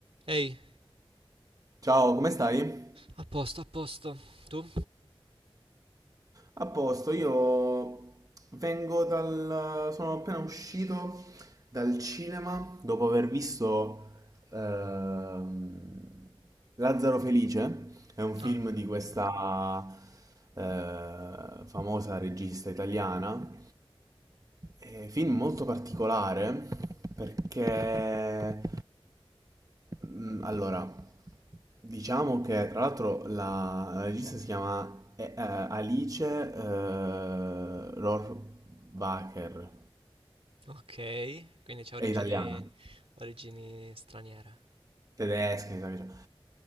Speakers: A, on the right; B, on the right.
A: Ehi,
B: Ciao, come stai?
A: a posto, a posto. Tu?
B: A posto, io vengo dal... sono appena uscito dal cinema dopo aver visto ehm, Lazzaro Felice, è un film
A: Ah,
B: di questa eh, famosa regista italiana, è un film molto particolare perché Mm, Allora, diciamo che tra l'altro la, la regista si chiama eh, eh, Alice eh, Rohrwacher,
A: ok. Quindi c'ha origini,
B: è italiana,
A: origini straniere.
B: tedesca, mi sa che c'è.